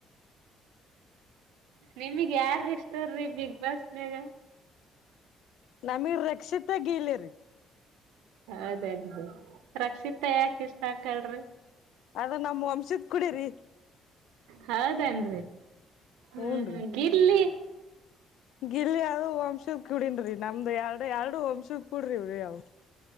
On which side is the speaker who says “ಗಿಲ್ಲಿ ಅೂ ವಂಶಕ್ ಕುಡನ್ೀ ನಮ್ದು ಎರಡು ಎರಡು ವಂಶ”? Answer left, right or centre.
Left